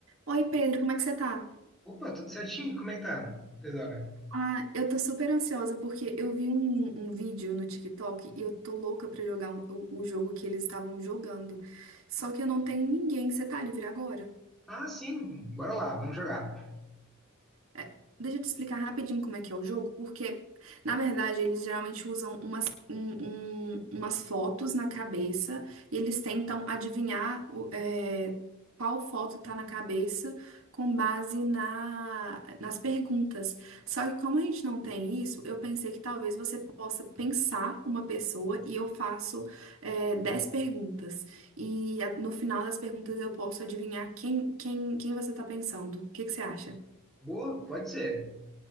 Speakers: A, on the right; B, in the centre.
A: Oi, Pedro, como é que você tá?
B: Opa, tudo certinho? Como é que tá, Teodora?
A: Ah, eu tô super ansiosa porque eu vi um, um vídeo no TikTok e eu tô louca pra jogar um- o, o jogo que eles estavam jogando. Só que eu não tenho ninguém. Você tá livre agora?
B: Ah, sim, bora lá, vamos jogar.
A: É, Deixa eu te explicar rapidinho como é que é o jogo, porque, na verdade, eles geralmente usam umas, um- um- umas fotos na cabeça e eles tentam adivinhar o- é, qual foto tá na cabeça com base na, nas perguntas. Só que como a gente não tem isso, eu pensei que talvez você possa pensar uma pessoa e eu faço é, 10 perguntas. E a- no final das perguntas eu posso adivinhar quem, quem, quem você tá pensando. O que que você acha?
B: Boa, pode ser.